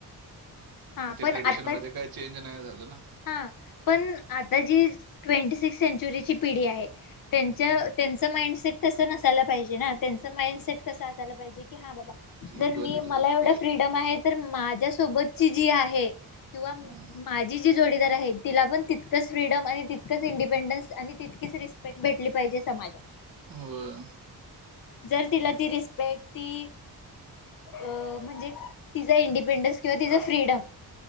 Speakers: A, on the left; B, on the right.
A: हा
B: मग ते
A: पण
B: ट्रेडिशन
A: आता
B: मध्ये काही चेंज नाही झालं ना.
A: हा पण आता जी ट्वेंटी सिक्स सेंचुरीची पिढी आहे त्यांच्या...
B: हम्म
A: त्यांचं माइंडसेट तसं नसायला पाहिजे ना त्यांचं माइंड.. ते कस असायला पाहिजे की नाही बाबा की जर
B: इक्वालिटीच
A: मी मला एवढ
B: पाहिजे
A: फ्रीडम आहे... तर माझ्यासोबतची जी आहे किंवा माझी...
B: हं.
A: पिढी आहे तिला पण तितकंच फ्रीडम आणि तितकंच इंडिपेंडन्स आणि तितकी... भेट भेटली पाहिजे समाजला...
B: होय
A: जर तिला ती रिस्पेक्ट ती.... अ म्हणजे तिचा इंडिपेंडन्स किंवा तिचा फ्रीडम...